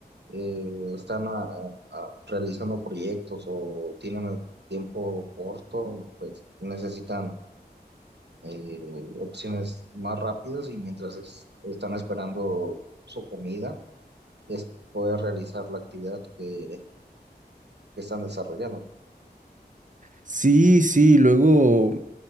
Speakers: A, on the right; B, on the right.
A: eh, están a- a- realizando proyectos o tienen el tiempo corto, pues necesitan eh, opciones más rápidas y mientras es- están esperando su comida, es poder realizar la actividad que, que están desarrollando.
B: Sí, sí, luego.